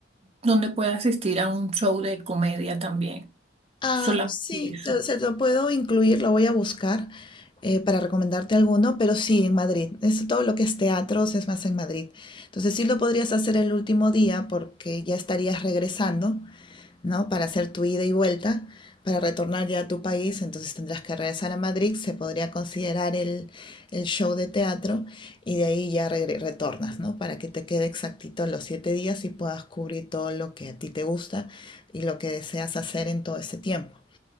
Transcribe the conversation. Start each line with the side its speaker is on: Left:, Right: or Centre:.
Right: donde pueda asistir a un show de comedia también.
Left: Ah,
Right: Solamente
Left: sí,
Right: eso.
Left: lo- se lo puedo incluir, lo voy a buscar eh, para recomendarte alguno, pero sí, en Madrid. Es todo lo que es teatros es más en Madrid. Entonces sí lo podrías hacer el último día porque ya estarías regresando ¿no? Para hacer tu ida y vuelta, para retornar ya a tu país, entonces tendrás que regresar a Madrid, se podría considerar el, el show de teatro y de ahí ya regre- retornas, ¿no? Para que te quede exactito los siete días y puedas cubrir todo lo que a ti te gusta y lo que deseas hacer en todo ese tiempo.